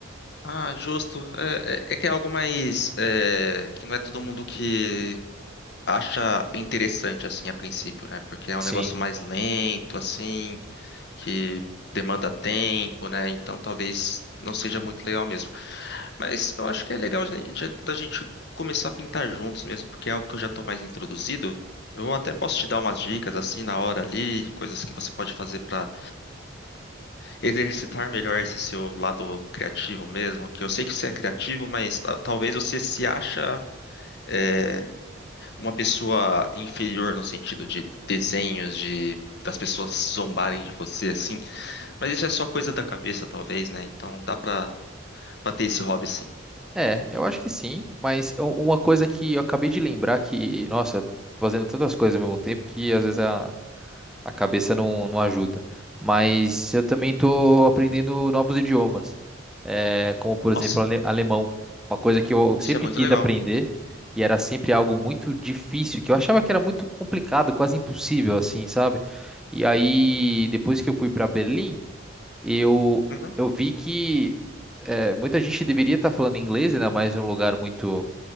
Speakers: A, on the left (about 55°); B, in the centre.
A: Ah, justo. É, é- é que é algo mais é, que não é todo mundo que acha interessante assim a princípio, né? Porque é um
B: Sim.
A: negócio mais lento, assim. que demanda tempo, né? Então talvez não seja muito legal mesmo. Mas eu acho que é legal de- de- da gente começar a pintar juntos mesmo, porque é algo que eu já estou mais introduzido. Eu até posso te dar umas dicas assim na hora ali, coisas que você pode fazer para exercitar melhor esse seu lado criativo mesmo. Que eu sei que você é criativo, mas ta- talvez você se acha é, uma pessoa inferior no sentido de desenhos, de das pessoas zombarem de você, assim. Mas isso é só coisa da cabeça, talvez, né? Então dá pra, pra ter esse hobby, sim.
B: É, eu acho que sim, mas u- uma coisa que eu acabei de lembrar que, nossa, fazendo tantas coisas ao mesmo tempo que às vezes a, a cabeça não, não ajuda. Mas eu também tô aprendendo novos idiomas. é, como por exemplo
A: Nossa,
B: ale- alemão, uma coisa que eu sempre
A: isso é muito
B: quis
A: legal.
B: aprender e era sempre algo muito difícil, que eu achava que era muito complicado, quase impossível assim, sabe? E aí depois que eu fui para Berlim, eu
A: Uhum.
B: eu vi que é, muita gente deveria estar falando inglês, ainda mais em um lugar muito